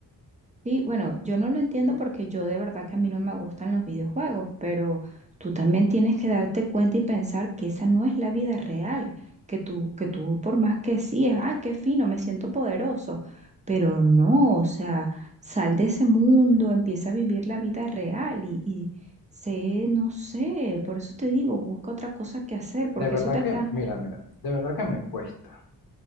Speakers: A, on the right; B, on the left.
A: Sí, bueno, yo no lo entiendo porque yo de verdad que a mí no me gustan los videojuegos, pero tú también tienes que darte cuenta y pensar que esa no es la vida real, que tú, que tú por más que sí, es, ah, qué fino, me siento poderoso, pero no, o sea, sal de ese mundo, empieza a vivir la vida real y, y sé, no sé, por eso te digo, busca otra cosa que hacer, porque
B: De verdad
A: eso te
B: que,
A: está...
B: mira, mira, de verdad que me cuesta.